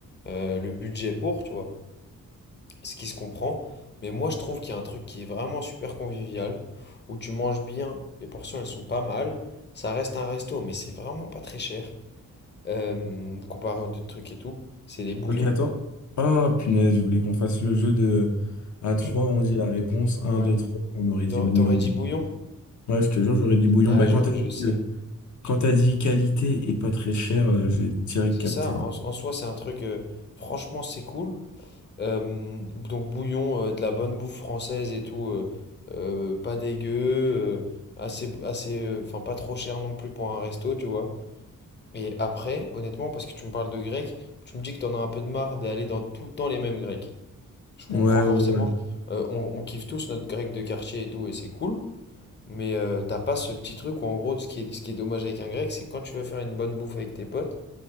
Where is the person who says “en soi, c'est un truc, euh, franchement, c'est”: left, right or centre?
Left